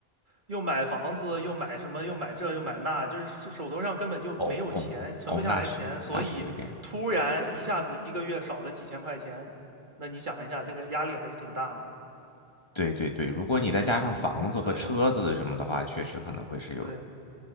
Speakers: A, on the right (about 50°); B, on the left (about 30°).
A: 又买房子，又买什么，又买这，又买那，就是是手头上根本就没有钱，
B: 哦哦哦，
A: 存不下来钱，
B: 那是那是有一点。
A: 所以突然一下子一个月少了几千块钱，那你想一下，这个压力还是挺大的。
B: 对对对，如果你再加上房子和车子什么的话，
A: 对
B: 确实可能会是有。
A: 对，